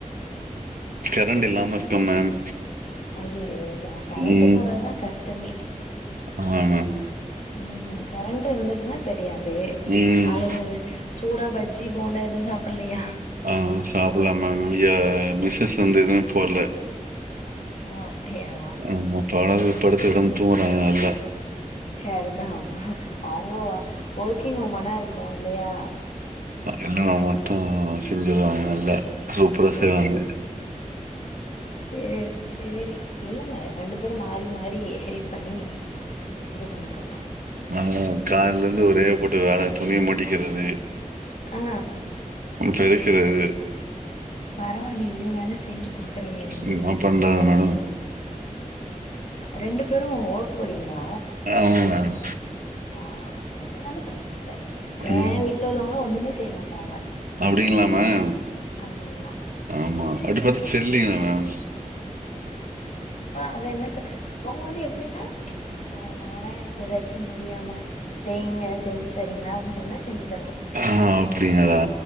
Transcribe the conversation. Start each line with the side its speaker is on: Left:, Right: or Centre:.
Right: கெரண்ட்டில்லாம இருக்க மேம்
Left: அய்யய்யோ கெரண்ட்டு
Right: ம்
Left: போறதுதா கஷ்டமே
Right: ஆமா மேம்
Left: ம் கரண்ட் இருந்துட்டுன்னா தெரியாது
Right: ம்
Left: மழ நால சூடா பஜ்ஜி போண்டா எது சாப்பலையா
Right: ஆ சாப்புல மேம் ஏ மிஸ்ஸஸ் வந்து எதுவுமே போட்ல
Left: ஓ அப்டியா
Right: ஆமா பழக படுத்து கெடந்து தூங்குறாங்க நல்ல
Left: சர்தா அவுங்க ஒ ஒர்க்கிங் உமனா இருக்கூ இல்லையா
Right: இல்லன்னா மட்டு செஞ்சிருவாங்க நல்லா சூப்பரா செய்வாங்க
Left: சேரி சேரி சொல்லுங்க ரெண்டு பேரு மாறி மாறி ஹெல்ப் பண்ணி இது பண்ணிக்கோங்க
Right: நா கால்லே இருந்து ஒரே போட்டு வேல துணிய மடிக்கிறது
Left: ஆ
Right: பெருக்குறது
Left: பரவால்லயே இவ்ளோ வேல செஞ்சு குடுக்குறீங்களே நீங்க
Right: என்னா பண்றாது மேடம்
Left: ரெண்டு பேரு ஓர்க் போறீங்ளா
Right: ஆமா மேம்.
Left: ஆ அதனால பிரச்சன இல்ல ஏன்
Right: ம்
Left: வீட்ல உள்ளவங்ளா ஒண்ணுமே செய்ய மாட்டாங்க
Right: அப்டிங்களா மேம்
Left: ஆமா
Right: ஆமா அப்டி பாத்தா தெரிலிங்களே மேம்
Left: அப்ப அத என்ன சொல் அவுங்க வந்து எப்டின்னா ஆ நானா எனக்கு ஏதாச்சு முடியாம செய்ங்க செஞ்சு தரீங்ளா அப்டின் சொன்னா செஞ்சி தருவாங்க
Right: ஆ அப்டிங்களா